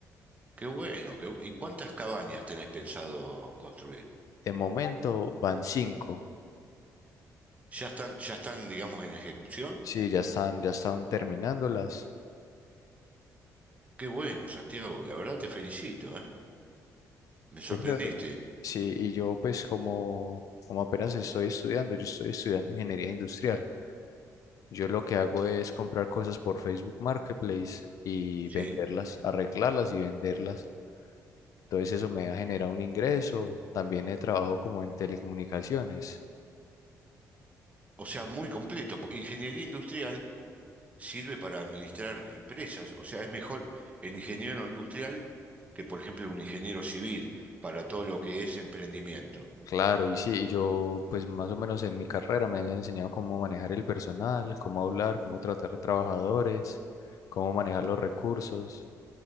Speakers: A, on the right (about 20°); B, on the left (about 60°).
A: qué bueno. qué bu- ¿Y cuántas cabañas tenés pensado construir?
B: De momento van cinco.
A: ¿Ya están, ya están, digamos, en ejecución?
B: Sí, ya están, ya están terminándolas.
A: Qué bueno, Santiago. La verdad te felicito, ¿eh? Me sorprendiste.
B: Eso- Sí, y yo pues como, como apenas estoy estudiando, yo estoy estudiando ingeniería industrial. Yo lo que hago es comprar cosas por Facebook Marketplace y
A: Sí.
B: venderlas, arreglarlas y venderlas. Entonces eso me ha generado un ingreso. También he trabajado como en telecomunicaciones.
A: O sea, muy completo. po- Ingeniería industrial. sirve para administrar empresas. O sea, es mejor el ingeniero industrial que, por ejemplo, un ingeniero civil para todo lo que es emprendimiento.
B: Claro, y sí, yo pues más o menos en mi carrera me han enseñado cómo manejar el personal, cómo hablar, cómo tratar a trabajadores, cómo manejar los recursos.